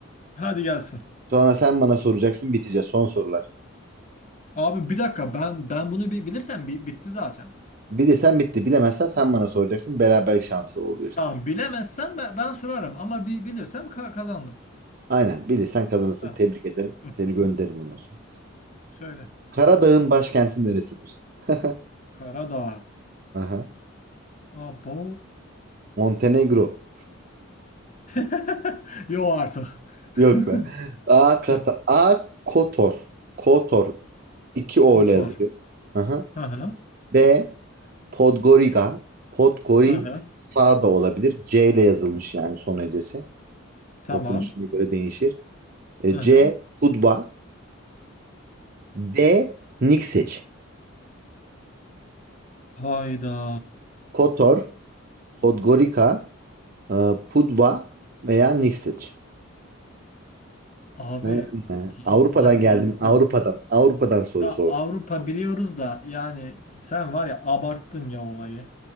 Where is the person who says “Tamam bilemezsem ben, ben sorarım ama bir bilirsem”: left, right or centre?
Left